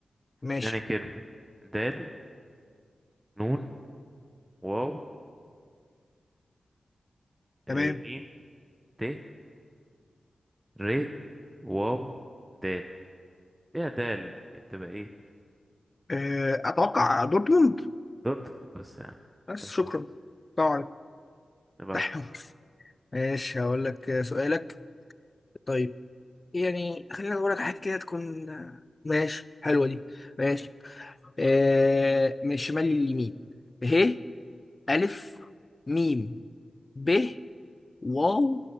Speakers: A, on the left; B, on the right.
A: ماشي
B: تاني كلمة دال نون واو آه،
A: تمام
B: ميم ت ر واو دال ايه يا دال بتبقى ايه
A: أه أتوقع دورتموند
B: دورتك بس يا عم
A: بس
B: تلحق.
A: شكرا سلام عليكم
B: نبعت
A: تحيا مصر ماشي هقول لك سؤالك طيب يعني خلينا نقول لك حاجة كده تكون ماشي حلوة دي ماشي آه من الشمال لليمين ه ألف ميم ب واو